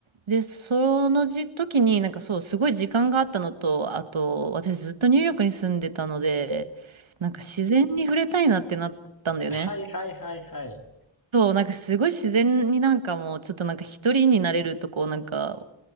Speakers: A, on the right (about 85°); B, on the left (about 45°).
A: で、その時時になんかそう、すごい時間があったのと、あと、私ずっとニューヨークに住んでたので、なんか自然に触れたいなってなったんだよね。
B: はいはいはいはい。
A: そう、なんかすごい自然になんかもうちょっとなんか一人になれるとこなんか